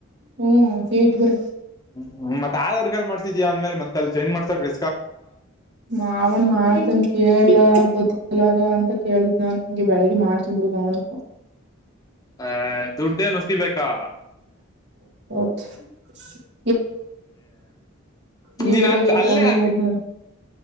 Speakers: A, on the right (about 60°); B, on the left (about 20°).
A: ಹ್ಮ್ ಸೇಟ್ ಬರ
B: ಹ್ಮ್ ಮತ್ ಆದವರ್ಗ ಮಾಡತಿದೀಾ ಅಂದ ಮೇಲೆ ಮತ್ತ ಅ ಚೇಜ್ ಮಾಡಸರ್ ಬ
A: ಮಾವನ್ ಮಾಡ್ತನ್ ಕೇಳಲ ಗೊತ್ತಿಲ್ಲ ಅಂತ ಕೇಳಿದ್ ನನ್ಂಗೆ ಬೆಳಗ್ ಮಾಡ್ತನ್ ಬಿಡುನ
B: ಅಹ ದುಡ್ಡೇ ನುಸಿಬೇಕಾ
A: <inaudible> ನೀವ್
B: ನೀನ್
A: ಇರೋದ
B: ಅದು
A: ಯಾಕ
B: ಅಲ್ಲೇ
A: ಅವನ
B: ಹಂಗಗೆ
A: ಮಗ್ನ